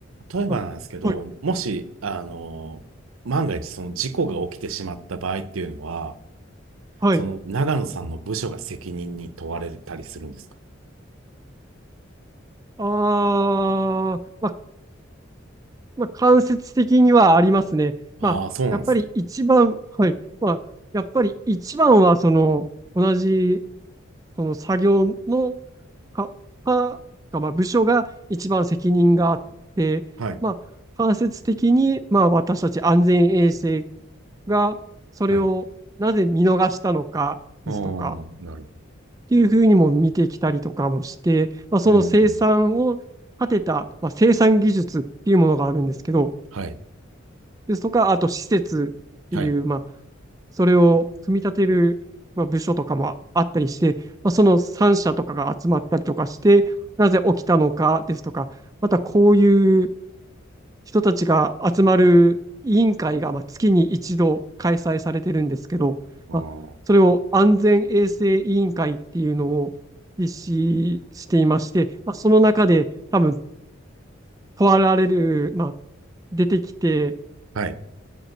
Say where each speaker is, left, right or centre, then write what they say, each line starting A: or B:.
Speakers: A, on the right; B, on the right.
A: 例えばなんですけど、
B: まあ、はい、
A: もし、あの、万が一その事故が起きてしまった場合っていうのは、
B: はい。
A: その長野さんの部署が責任に問われたりするんですか
B: ああ、まあ、まあ、間接的にはありますね。
A: ああー、
B: まあ、
A: そうなんですね。
B: やっぱり一番、はい。まあ、やっぱり一番は、その、同じ、その作業のか、か、がまあ、部署が一番責任があって、
A: はい。
B: まあ、間接的に、まあ、私たち安全衛生が、それをなぜ見逃したのかですとか、
A: はい。ああ、なるほ
B: っていうふうにも見てきたりとかもして、まあ、その生産を立てた、
A: ど。うーん。
B: まあ、生産技術っていうものがあるんですけど、
A: はい。
B: ですとか、あと施設っていう、
A: はい。
B: まあ、それを組み立てる、まあ、部署とかもあったりして、まあ、その3社とかが集まったりとかして、なぜ起きたのかですとか、またこういう人たちが集まる委員会がまあ月に一度開催されてるんですけど、
A: ああ。
B: まあ、それを安全衛生委員会っていうのを実施していまして、まあ、その中で多分問われる、まあ、出てきて
A: はい。